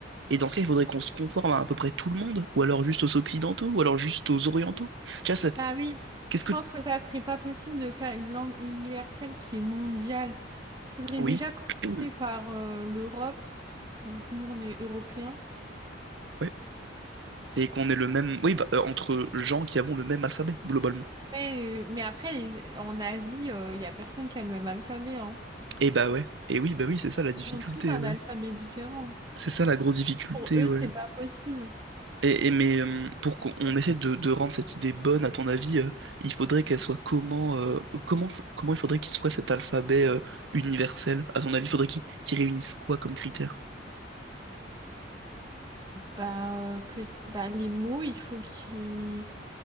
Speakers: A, on the right; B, on the right.
A: et dans ce cas, il faudrait qu'on se conforme à à peu près tout le monde, ou alors juste aux occidentaux, ou alors juste aux orientaux. Tu vois, c'est-
B: Bah oui.
A: qu'est-ce
B: Je
A: que...
B: pense que ça serait pas possible de faire une langue universelle qui est mondiale. Faudrait
A: Oui.
B: déjà
A: <clears throat>
B: commencer par, euh, l'Europe, vu que nous, on est européens.
A: ouais Et qu'on ait le même. Oui, bah, euh, entre gens qui avons le même alphabet, globalement.
B: Ouais, euh, mais après, les- en Asie, il n'y a personne qui a le même alphabet, hein.
A: Et bah ouais. Et oui, bah oui, c'est ça la difficulté,
B: Ils ont tous un
A: ouais.
B: alphabet différent.
A: C'est ça la grosse difficulté,
B: Pour eux,
A: ouais.
B: c'est pas possible.
A: Et, et mais euh, pour qu'on essaie de, de rendre cette idée bonne, à ton avis, euh, il faudrait qu'elle soit comment, euh, comment, f- comment il faudrait qu'il soit cet alphabet euh, universel? À ton avis, il faudrait qu'il qu'il réunisse quoi comme critères?
B: Bah, euh, que, c- bah, les mots, il faut qu'ils